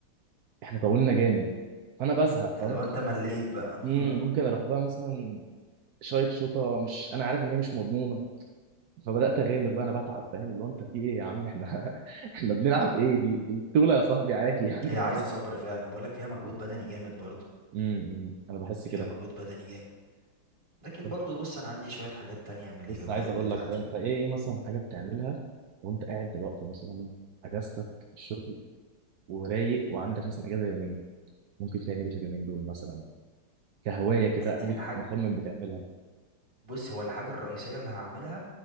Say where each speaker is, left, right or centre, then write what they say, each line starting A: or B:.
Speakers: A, on the right; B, on the right.
A: احنا طولنا جامد فانا بزهق
B: اللي
A: فاهم
B: هو انت مليت بقى
A: امم
B: <laughs>
A: ممكن اروح بقى مثلا شايط شوطه مش انا عارف ان هي مش مضمونه فبدات اغامر بقى انا بتعب فاهم اللي هو انت في ايه يا عم احنا <laughs> احنا بنلعب ايه دي دي بطوله يا صاحبي عادي
B: مم.
A: يعني
B: هي عايزة صبر فعلا بقول لك فيها مجهود بدني جامد برضو
A: <laughs> امم انا بحس كده
B: فيها مجهود بدني جامد لكن
A: <laughs>
B: برضو
A: طب
B: بص انا عندي شوية حاجات تانية من
A: لسه
B: الهوايات
A: عايز اقول
B: بتاعتي
A: لك اه انت ايه ايه مثلا حاجه بتعملها
B: مم.
A: وانت قاعد دلوقتي مثلا اجازتك في الشغل، ورايق وعندك مثلا اجازه يومين ممكن تعمل ايه في اليومين دول مثلا كهوايه كده
B: الحاج
A: او مصمم بتعملها
B: بص هو الحاجة الرئيسية اللي هعملها